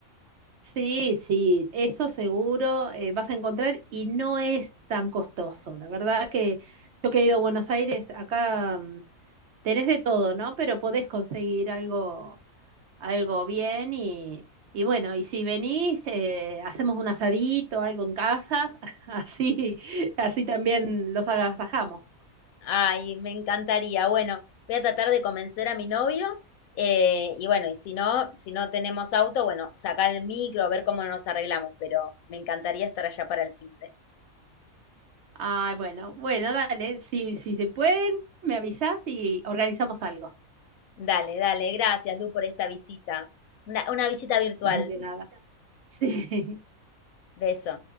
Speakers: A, on the right (about 65°); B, on the left (about 80°).
A: Sí, sí, eso seguro eh, vas a encontrar y no es tan costoso. La verdad que yo que he ido a Buenos Aires, acá mm, tenés de todo, ¿no? Pero podés conseguir algo, algo bien y, y bueno, y si venís, eh, hacemos un asadito, algo en casa, <laughs> así, así también los agasajamos.
B: Ay, me encantaría. Bueno, voy a tratar de convencer a mi novio. eh, y bueno, y si no, si no tenemos auto, bueno, sacar el micro, ver cómo nos arreglamos, pero me encantaría estar allá para el fin de.
A: Ah, bueno, bueno, dale. Si, si se pueden, me avisas y organizamos algo.
B: Dale, dale, gracias, Lu, por esta visita. Una, una visita virtual.
A: <laughs> De nada. Sí.
B: Beso.